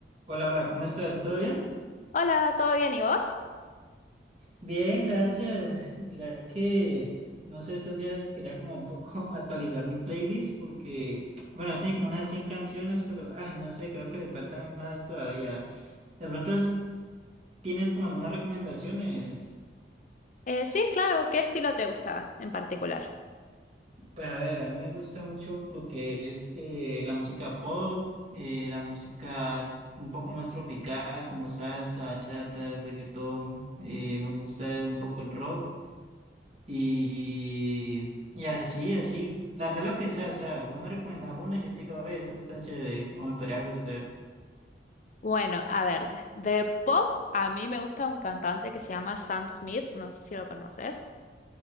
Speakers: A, on the right; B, on the left.
A: Hola, hola, ¿cómo estás? ¿Todo bien?
B: Hola, ¿todo bien? ¿Y vos?
A: Bien, gracias. Mira que, no sé, estos días quería como un poco <laughs> actualizar mi playlist porque, bueno, tiene como unas 100 canciones, pero, ah, no sé, creo que le faltan más todavía. De pronto, es- ¿tienes como algunas recomendaciones?
B: Eh, sí, claro, ¿qué estilo te gusta en particular?
A: Pues a ver, a mí me gusta mucho lo que es eh, la música pop, eh, la música un poco más tropical, como salsa, bachata, reggaetón. eh, me gusta un poco el rock. Y, y así, así, la verdad lo que sea, o sea, vos me recomendás una y yo te digo, ve, esta está chévere, o me podría gustar.
B: Bueno, a ver, de pop a mí me gusta un cantante que se llama Sam Smith, no sé si lo conoces.